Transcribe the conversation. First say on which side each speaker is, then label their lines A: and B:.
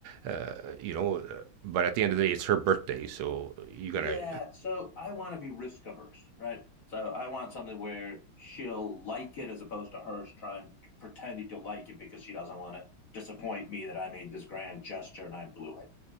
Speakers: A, on the right (about 80°); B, on the left (about 50°).
A: uh, you know. uh, But at the end of the day, it's her birthday, so you
B: Yeah.
A: gotta
B: So I want to be risk averse, right? So I want something where she'll like it as opposed to her trying pretending to like it because she doesn't want to disappoint me that I made this grand gesture and I blew it.